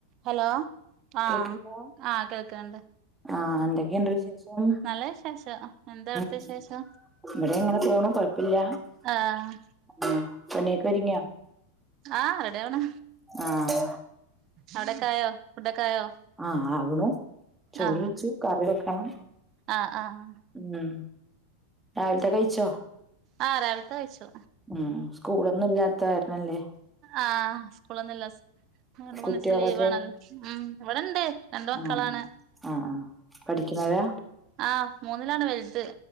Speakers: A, on the right (about 35°); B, in the centre.
A: ഹലോ ആഹ്
B: കേക്കണ്ടോ
A: ആഹ് കേൾക്കണ്ട്
B: ആഹ് എന്തൊക്കെയുണ്ട് വിശേഷം
A: <unintelligible>
B: ഉം
A: വിശേഷം
B: ഇവിടെ അങ്ങനെ പോണു കൊഴപ്പില്ല
A: ആഹ്
B: ആഹ് പണിയൊക്കെ ഒരുങ്ങിയോ
A: ആ റെഡിയാവണ്
B: ആഹ്
A: അവിടൊക്കെയായോ ഫുഡോക്കെ ആയോ
B: ആഹ് ആവണു ചോറ്
A: ആഹ്
B: വെച്ചു കറി വെക്കണം
A: ആഹ് ആഹ്
B: ഉം രാവിലത്തെ കഴിച്ചോ
A: ആഹ് രാവിലത്തെ കഴിച്ചു.
B: ഉം സ്കൂളൊന്നും ഇല്ലാത്ത കാരണം ല്ലേ
A: ആഹ് സ്കൂളൊന്നുല്ല രണ്ട് മൂന്ന്
B: കുട്ടികളൊക്കെ
A: ദിവസം ലീവ് ആണ് ഉം ഇവിടോണ്ട് രണ്ട് മക്കളാണ്
B: ആഹ് ആഹ് ആഹ് പഠിക്കുന്നവരാ?
A: ആഹ് മൂന്നിലാണ് വലുത്